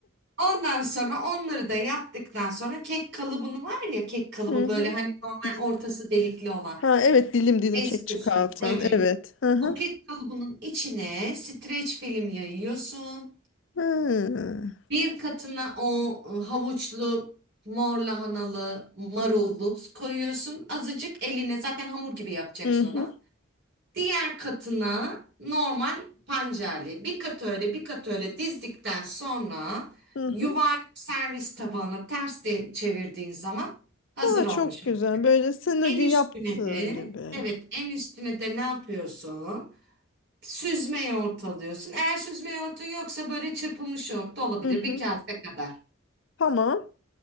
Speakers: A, on the right; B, on the left.
A: Ondan sonra onları da yaptıktan sonra kek kalıbını var ya kek kalıbı
B: Hı
A: böyle
B: hı.
A: hani normal
B: Dil...
A: ortası delikli olan.
B: Ha evet dilim dilim
A: Eski
B: kek çıkartan
A: Evet.
B: evet. Hı hı.
A: O kek kalıbının içine streç film yayıyorsun.
B: Hı hı.
A: Bir katına o e, havuçlu, mor lahanalı, marulluk koyuyorsun. Azıcık eline zaten hamur gibi yapacaksın
B: Hı
A: onu. Diğer katına normal pancarlı. Bir kat öyle bir kat öyle dizdikten sonra
B: hı.
A: yuvarlak
B: hı.
A: servis tabağına ters de çevirdiğin zaman hazır
B: Aa,
A: olmuş.
B: çok
A: olur.
B: güzel. Böyle senin
A: En
B: o gün
A: üstüne
B: yaptığın
A: de
B: gibi.
A: evet en üstüne de ne yapıyorsun? Süzme yoğurt alıyorsun. Eğer süzme yoğurtun yoksa böyle çırpılmış yoğurt da olabilir
B: Hı hı.
A: bir kase kadar.
B: Tamam.